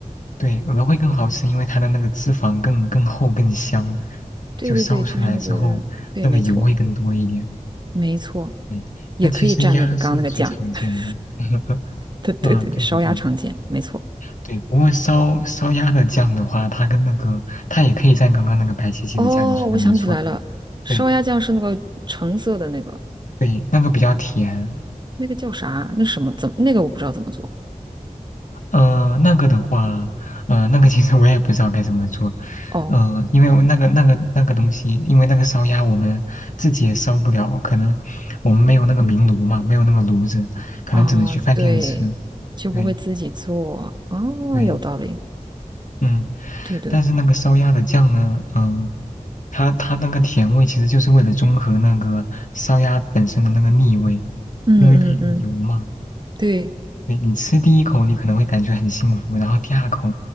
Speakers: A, on the left (about 65°); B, on the right (about 35°).
A: 对，鹅会更好吃，因为它的那个脂肪更更厚更香，
B: 对对对，
A: 就烧出来之后那个油会更多一点。
B: 就是那个，对，没错，没错，
A: 对，
B: 也可以蘸那个刚刚那个酱。
A: 但其实鸭是最常见的。
B: <laughs>
A: <laughs>
B: 对对对对，
A: 嗯，对对对。
B: 烧鸭常见，没错。
A: 对，不过烧烧鸭的酱的话，它跟那个它也可以蘸刚刚那个白切鸡的酱，
B: 哦，
A: 你说的没错，
B: 我想起来了，
A: 对，
B: 烧鸭酱是那个橙色的那个，
A: 对对，那个比较甜。
B: 那个叫啥？那什么？怎么？那个我不知道怎么做。
A: 呃，那个的话，呃，那个其实我也不知道该怎么做，
B: 哦
A: 呃，因为我那个那个那个东西，因为那个烧鸭我们自己也烧不了，可能我们没有那个明炉嘛，没有那个炉子，可能只能去饭店吃。
B: 啊，对，就不会自己做。
A: 对
B: 啊，
A: 对，
B: 有道理。
A: 嗯，
B: 对对。
A: 但是那个烧鸭的酱呢，嗯、它它那个甜味其实就是为了中和那个烧鸭本身的那个腻味，
B: 嗯嗯嗯，
A: 因为它的油嘛。
B: 对，
A: 你你吃第一口你可能会感觉很幸福，然后第二口、